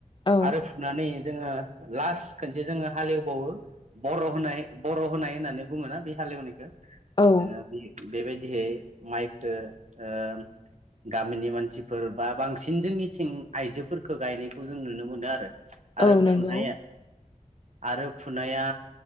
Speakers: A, on the left; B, on the right.
A: औ
B: आरो फुनानै जोङो लास्ट खनसे जोङो हालेवबावो बर' होनाय बर' होनाय होननानै बुङोना बे हालेवनायखौ
A: औ
B: जोङो बे बेबायदिहै माइखो ओ गामिनि मानसिफोर बा बांसिन जोंनिथिं आइजोफोरखो गायनायखौ जों नुनो मोनो आरो आरो
A: औ नंगौ
B: फुनाया आरो फुनाया